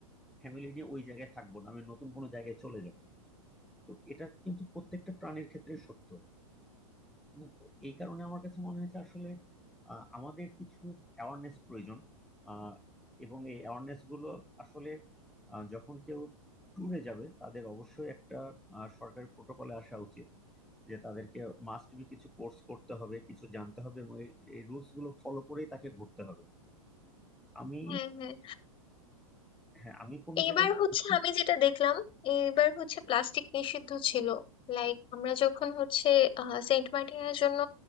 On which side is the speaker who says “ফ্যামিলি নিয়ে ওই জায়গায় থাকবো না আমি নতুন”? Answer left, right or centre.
Centre